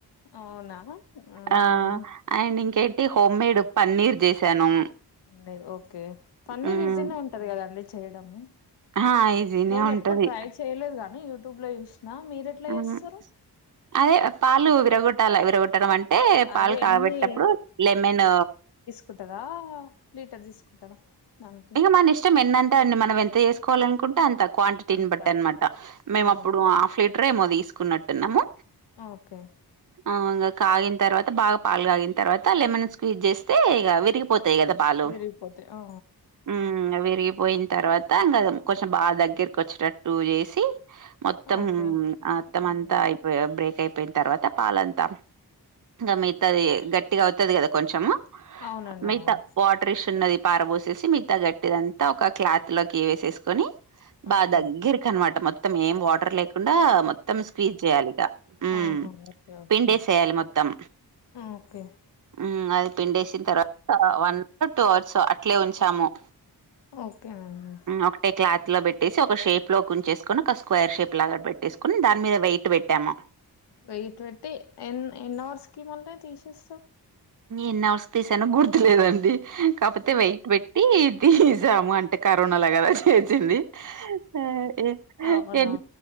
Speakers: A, on the left (about 80°); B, on the right (about 50°).
A: అవునా హ్మ్.
B: ఆ అండ్ ఇంకేంటి హోమ్ మేడ్ పన్నీర్ చేసాను
A: పన్నీర్ ఓకే పన్నీర్
B: హ్మ్
A: ఏజ్ గా ఉంటారు కదాండి చేయడము
B: ఆ ఈజీనే
A: నేను
B: ఉంటది
A: ఎప్పుడు ట్రై చేయలేదు గాని యూట్యూబ్ లో చూసినా మీరు ఎట్లా
B: హ్మ్
A: చేస్తారు
B: అదే పాలు విరగొట్టాల విరగొట్టడం అంటే పాలు
A: అదే
B: కాబెట్టటప్పుడు
A: ఎన్ని
B: లెమన్
A: కుంటారా లీటర్ తీసుకుంటారా నను
B: ఇగ మన ఇష్టం ఎన్నంటే అన్ని మనం ఎంత చేసుకోవాలనుకుంటే అంత క్వాంటిటీని
A: అంతా
B: బట్టి అనమాట మేము
A: ఆ
B: అప్పుడు
A: ఓకే
B: హాఫ్ లీటర్ ఏమో తీసుకున్నట్టున్నాము
A: ఓకే
B: అ ఇంగ కాగిన తర్వాత బాగా పాలు కాగిన తర్వాత లెమన్ స్క్వీజ్ చేస్తే ఇగ విరిగిపోతాయి కదా పాలు
A: విరిగిపోతే ఆ
B: ఉ విరిగిపోయిన తర్వాత ఇంకా కొంచెం బాగా దగ్గరకి వచ్చేటట్టు చేసి మొత్తం
A: ఓకే
B: ఆ మొత్తం
A: హ్మ్
B: అంతా అయిపోయా బ్రేక్ అయిపోయిన తర్వాత పాలంతా ఇంకా మిగతాది గట్టిగా అవుతుది కదా కొంచెం
A: అవునండి
B: మిగతా
A: అవును
B: వాటర్ ఇస్ ఉన్నది పారపోసేసి మిగతా గట్టిదంతా ఒక క్లాత్ లోకి వేసేసుకొని బా
A: ఓకే
B: దగ్గిరి కి అనమాట మొత్తం ఏం వాటర్ లేకుండా మొత్తం మొత్తం స్పీచ్ చేయాలిట ఉ
A: ఆహా ఓకే ఓకే
B: పిండేసేయాలి మొత్తం
A: ఓకే
B: మ్ అది పిండేసిన తర్వాత వన్ అవర్ టూ అవర్స్ అట్లే ఉంచాము
A: ఓకే మామ్
B: ఒకటే క్లాత్ లో పెట్టేసి ఒక షేప్ లో ఉంచేసుకొని ఒక స్క్వేర్ షేప్ లాగా పెట్ తీసుకొని దాని మీద వెయిట్ పెట్టాము
A: వెయిట్ పెట్టి ఎన్ ఎన్నవర్స్ కి మళ్ళ తీసేస్తారు
B: ఎన్ని అవర్స్ తీసానో గుర్తులేదండి కాకపోతే వెయిట్ పెట్టి తీసాము అంటే కరోనా లో కదా చేసింది ఆ ఎ
A: అవునవును.
B: ఎన్